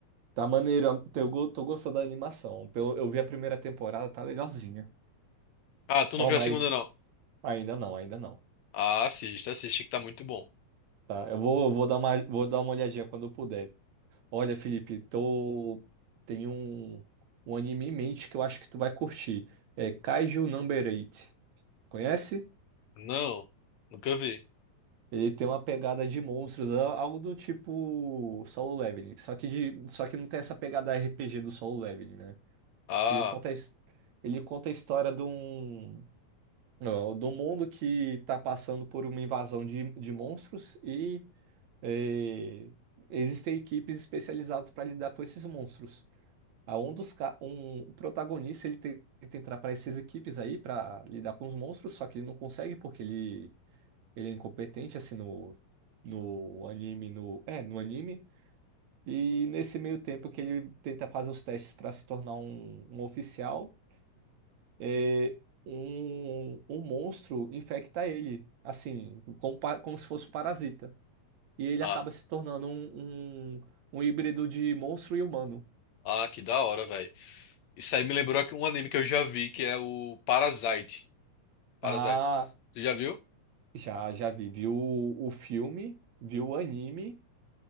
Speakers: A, on the right; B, on the left.
A: tá maneiro, eu go- tô gostando da animação. Eu, eu vi a primeira temporada, tá legalzinha.
B: Ah, tu
A: Ó,
B: não viu
A: mas
B: a segunda, não?
A: Ainda não, ainda não.
B: Ah, assista, assiste que tá muito bom.
A: Tá? Eu vou, eu vou dar uma, vou dar uma olhadinha quando eu puder. Olha, Felipe, tô... tem um, um anime em mente que eu acho que tu vai curtir. É Kaiju Number 8. Conhece?
B: Não, nunca vi.
A: Ele tem uma pegada de monstros, a- algo do tipo Solo Leveling. Só que, de, só que não tem essa pegada RPG do Solo Leveling, né?
B: Ah,
A: Ele conta, a his- ele conta a história de um, ó, de um mundo que tá passando por uma invasão de, de monstros eh, existem equipes especializadas para lidar com esses monstros. A um dos ca- um, o protagonista ele te- tenta entrar para essas equipes aí para lidar com os monstros, só que ele não consegue porque ele ele é incompetente assim no no anime no é no anime e nesse meio tempo que ele tenta fazer os testes para se tornar um, um oficial é um, um monstro infecta ele assim como, pa- como se fosse um parasita e ele
B: ah,
A: acaba se tornando um, um, um híbrido de monstro e humano.
B: ah, que da hora, velho. Isso aí me lembrou que- um anime que eu já vi, que é o Parasite. Parasite.
A: Ah,
B: Tu já viu?
A: já, já vi. Vi o, o filme, vi o anime.